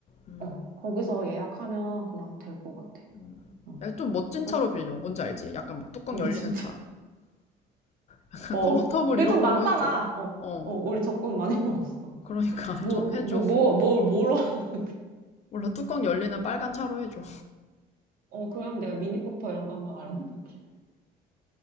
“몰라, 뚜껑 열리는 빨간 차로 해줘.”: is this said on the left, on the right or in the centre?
Left